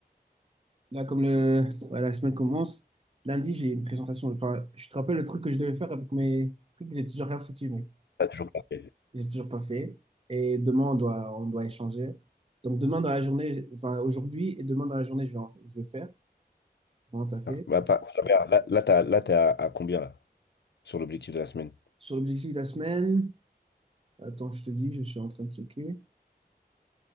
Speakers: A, on the right (about 35°); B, on the left (about 85°).
A: là comme le, ouais, la semaine commence, lundi, j'ai une présentation. Enfin, je te rappelle le truc que je devais faire avec mes trucs, j'ai toujours rien foutu, mec.
B: T'as toujours pas fait.
A: J'ai toujours pas fait. Et demain, on doit, on doit échanger. Donc, demain dans la journée, enfin, aujourd'hui et demain dans la journée, je vais, en- je vais faire. Vraiment, t'as fait.
B: Ah, bah, pas- là, là, t'as- là, t'es à à combien là? sur l'objectif de la semaine.
A: Sur l'objectif de la semaine. Attends, je te dis, je suis en train de checker.